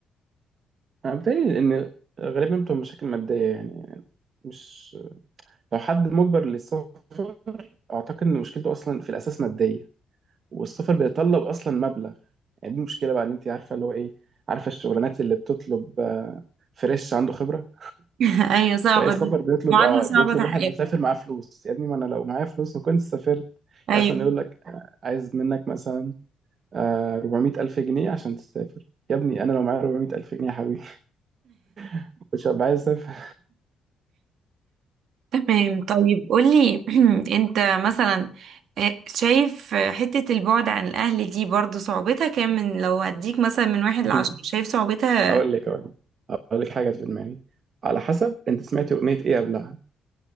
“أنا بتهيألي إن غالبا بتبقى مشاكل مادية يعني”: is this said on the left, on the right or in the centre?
Right